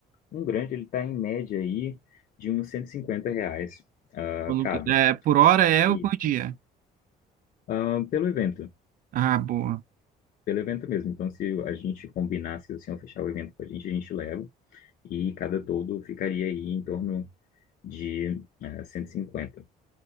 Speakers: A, on the left (about 55°); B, on the right (about 55°).
A: um grande ele está em média aí de uns 150 reais ah,
B: O aluguel-
A: cada.
B: É, por hora é
A: E
B: ou por dia?
A: ah, pelo evento.
B: Ah, boa.
A: pelo evento mesmo. Então, se a gente combinar, se o senhor fechar o evento com a gente, a gente leva. E cada todo ficaria aí em torno de eh, 150.